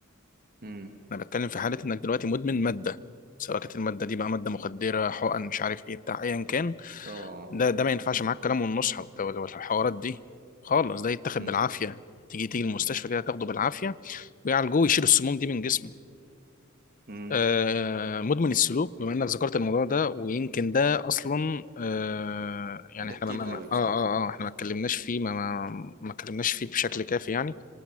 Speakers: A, on the right (about 45°); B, on the left (about 40°).
A: مم.
B: انا بتكلم في حاله انك دلوقتي مدمن ماده سواء كانت الماده دي بقى ماده مخدره حقن مش عارف ايه بتاع ايا كان
A: اه
B: ده ده ما ينفعش معاك كلام والنصح والت- والحوارات دي خالص ده يتاخد
A: مم،
B: بالعافيه تيجي تيجي المستشفى كده تاخده بالعافيه ويعالجوه ويشيل السموم دي من جسمه
A: مم.
B: آه، مدمن السلوك بما انك ذكرت الموضوع ده ويمكن ده اصلا آه، يعني
A: ده
B: احنا
A: كتير
B: ما ما-
A: قوي بصراحة
B: اه اه اه احنا ما اتكلمناش فيه ما ما ما اتكلمناش فيه بشكل كافي يعني